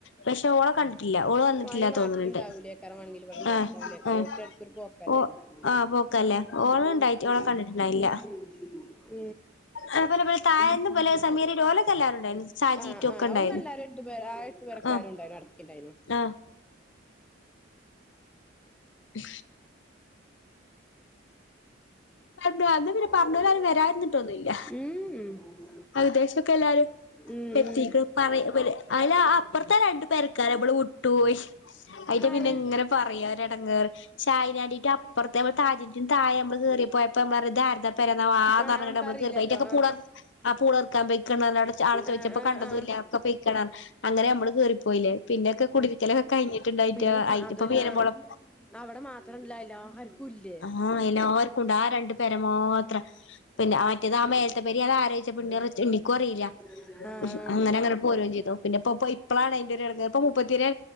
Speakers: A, on the left (about 70°); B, in the centre.
A: പക്ഷെ ഓളെ കണ്ടിട്ടില്ല ഓള് വന്നിട്ടില്ല
B: മണി നാട്ടിലുണ്ടാവൂലേ
A: തോന്നുന്നുണ്ട്
B: <unintelligible> ഒരിക്ക
A: ആഹ് ആഹ്
B: ഇടക്കൊര് പോക്കല്ലേ
A: ഓ
B: ശ
A: ആഹ് പോക്കല്ലേ
B: ശ
A: ഓള് ഉണ്ടായിട്ട്
B: ശരി
A: ഓളെ കണ്ടിട്ടുണ്ടായില്ല
B: <inaudible> ഉം
A: അതുപോലെ പോലെ താഴേന്ന്
B: ഉം
A: പോലെ സമീറേം ഓലൊക്കെ എല്ലാരും ഉണ്ടായിരുന്നു സാജീറ്റും
B: ആഹ്
A: ഒക്കെ
B: ആഹ്
A: ഉണ്ടായിരുന്നു
B: അവിടന്നല്ലാരും ര പേ ആയിരട്ടു പേരക്കരു
A: ആഹ്
B: ഉണ്ടായി അടക്കിണ്ടായിന്നു
A: ആഹ് ഉ പറഞ്ഞ അന്ന് പിന്നെ പറഞ്ഞ പോല അവന് വരരുന്നിട്ടൊന്നും ല്ല
B: ഉം ഉം
A: വാർത്തേശൊക്കെ എല്ലാരും
B: ഉം
A: എത്തിക്ക്ണ്
B: ഉം
A: പറ അയിലെ അപ്പുറത്ത രണ്ടു പേർക്കാര നമ്മള് വിട്ടു പോയി അയിന്റെ
B: ആരെ
A: പിന്നെ ഇങ്ങനെ പറയാ ഒരടങ്ങാറ് ഷാഹിനന്റി അപ്പുറത്തെ നമ്മ താജിന്റെ താഴെ നമ്മള് കേയറിപ്പോയപ്പോഞ്ഞം പറഞ്താ രതാ പെരന്നാവോ
B: ആഹ് നമുക്കറിയില്ലല്ലോ
A: ഞമ്മള് കേറി പോയ അയ്‌ന്റെ
B: ആഹ്
A: പൂള ആ പൂളെറുക്കാൻ പെയക്ക അവിടെ ആളെ ചോദിച്ചപ്പോ
B: ആഹ് ആഹ്
A: കണ്ടതല്ല
B: ആഹ്
A: ഒക്കെ പെയക്കണന്ന റഞ്ഞു അങ്ങനെ നമ്മള് കേറിപ്പോയില്ലേ പിന്നെക്കെ കുടരിക്കലൊക്കെ
B: ഉം
A: കഴിഞ്ഞിട്ടണ്ടയിറ്റഇപ്പ
B: പിന്നെ അതുവല്ല
A: മീനമോളം
B: അവിടെ മാത്രംല്ല എല്ലാർക്കും ഇല്ലേ
A: ആഹ് എല്ലർക്കുണ്ട് ആ രണ്ടു പേര മാത്രം പിന്നെ മറ്റേതാ മേലത്തെ പേരി അത് ആരാ പിണ്ർ എനിക്കും അറിയില്ല
B: ആഹ്
A: ഉം അങ്ങനങ്ങനെ പോരും ചെയ്തു പിന്നെപ്പപ്പോ ഇപ്പളാണ് അയ്ന്റെടങ്ങേറ് ഇപ്പ മുപ്പത്തിരെ